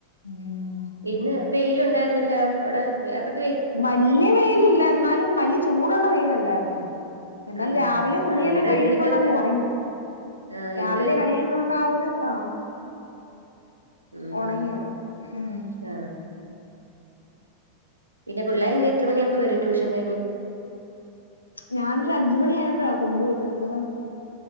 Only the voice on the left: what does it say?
ഉം
വല്യ വെയില് ഇല്ല എന്നാലും വല്യ ചൂടുള്ള വെയിലല്ലായിരുന്നല്ലോ എന്നാൽ
രാവിലെ തുണിയെല്ലാം
കഴിയിട്ടുണ്ടങ്ങ്
ഉണങ്ങി
രാവിലെ
കഴികിയിട്ടോണ്ട ആ ഒരു ആ
ഉണങ്ങി അങ്ങ് ഉം
ഞാാനൊരു അഞ്ചുമണിിയയപ്പോഴാ കൊണ്ടുപട്ടത് അന്നേരം